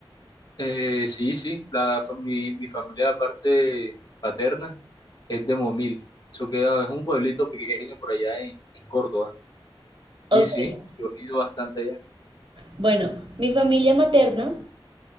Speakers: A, on the left; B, on the right.
A: Eh, sí, sí, la, fa- mi, mi familia de parte paterna es de Momil. Eso queda, es un pueblito pequeño por allá en, en Córdoba. Y
B: Ok.
A: sí, yo he ido bastante allá.
B: Bueno, mi familia materna